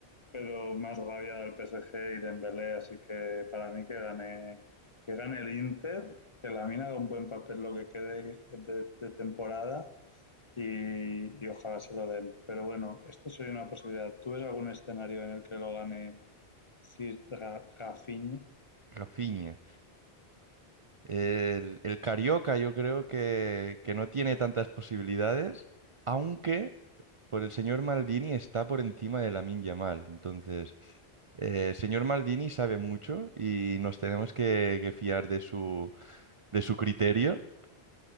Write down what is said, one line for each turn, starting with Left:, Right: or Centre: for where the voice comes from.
Left: pero más rabia del PSG y Dembélé, así que para mí que gane, que gane el Inter, que la mina haga un buen papel lo que quede de, de temporada y, y, ojalá se lo den. Pero bueno, esto sería una posibilidad. ¿Tú ves algún escenario en el que lo gane si Rafinha?
Right: Rafinha. El, el Carioca yo creo que, que no tiene tantas posibilidades, aunque por el señor Maldini está por encima de Lamine Yamal. Entonces, eh, el señor Maldini sabe mucho y nos tenemos que, que fiar de su, de su criterio.